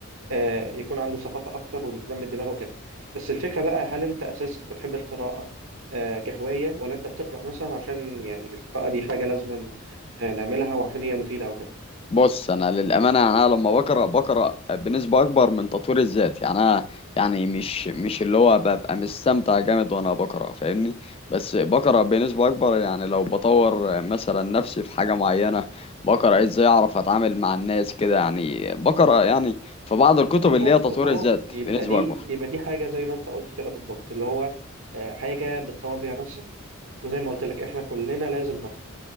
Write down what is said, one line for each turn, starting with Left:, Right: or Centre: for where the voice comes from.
Right: آه، يكون عنده ثقافه اكتر وبتنمي دماغه كده بس الفكره بقى هل انت اساسا بتحب القراءه آه، كهوايه ولا انت بتقرا مثلا عشان يعني القراءه دي حاجه لازم آه، نعملها وعشان هي مفيده او كده
Left: بص انا للامانه يعني انا لما بقرا بقرا بنسبه اكبر من تطوير الذات يعني انا يعني مش مش اللي هو ببقى مستمتع جامد وانا بقرا فاهمني بس بقرا بنسبه اكبر يعني لو بطور مثلا نفسي في حاجه معينه بقرا ازاي اعرف اتعامل مع الناس كده يعني بقرا يعني في بعض الكتب
Right: بالضبط
Left: اللي هي تطوير
Right: خلاص
Left: الذات
Right: يبقى
Left: بنسبه
Right: دي
Left: اكبر
Right: يبقى دي حاجة زي ما انت قلت كده بالضبط اللي هو آه، حاجة بتطور بيها نفسك وزي ما قلت لك احنا كلنا لازم نقرأ